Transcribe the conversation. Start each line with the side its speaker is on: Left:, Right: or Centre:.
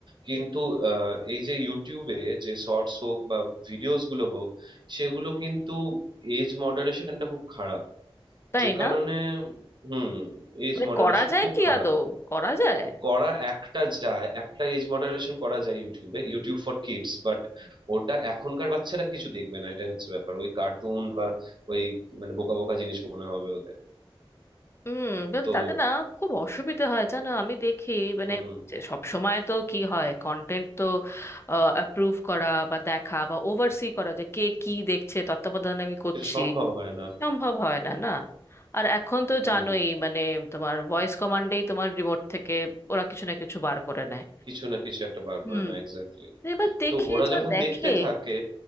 Right: কিন্তু আহ, এই যে ইউটিউবে যে শর্টস হোক বা ভিডিওস গুলো হোক সেগুলো কিন্তু এজ মডারেশনটা খুব খারাপ
Left: তাই
Right: যে কারণে
Left: না
Right: হুম এজ
Left: মানে
Right: মডারেশন
Left: করা যায়
Right: খুব
Left: কি
Right: খারাপ
Left: আদৌ করা যায়
Right: করা একটা যায় একটা এজ মডারেশন করা যায় ইউটিউবে ইউটিউব ফর কিডস বাট ওটা এখনকার বাচ্চারা কিছু দেখবে না এটাই হচ্ছে ব্যাপার ওই কার্টুন বা ওই মানে বোকা বোকা জিনিস মনে হবে ওদের
Left: হুম কিন্তু
Right: তো
Left: তাতে না খুব অসুবিধা হয় জানো আমি দেখি
Right: হুম
Left: মানে সব সময় তো কি হয় কন্টেন্ট তো অ্যাপ্রুভ করা বা দেখা বা ওভারসি করা যে কে কি দেখছে তত্ত্বাবধান আমি করছি
Right: সেটা সম্ভব হয় না
Left: সম্ভব হয় না না আর এখন তো
Right: হুম
Left: জানোই মানে তোমার ভয়েস কমান্ডেই তোমার রিমোট থেকে ওরা কিছু না কিছু বার করে নেয়
Right: কিছু না কিছু একটা বার
Left: হুম
Right: করে না এক্স্যাক্টলি
Left: এবার দেখি
Right: তো ওরা
Left: যা
Right: যখন
Left: দেখে
Right: দেখতে থাকে